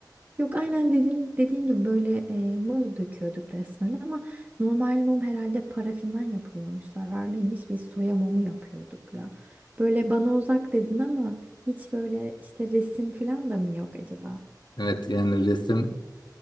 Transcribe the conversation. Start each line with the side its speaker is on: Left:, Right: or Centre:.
Right: Yok aynen dediğin, dediğin gibi böyle e, mum döküyorduk resmen ama normal mum herhalde parafinden yapılıyormuş zararlıymış biz soya mumu yapıyorduk ya. Böyle bana uzak dedin ama hiç böyle işte resim falan da mı yok acaba?
Left: Evet, yani resim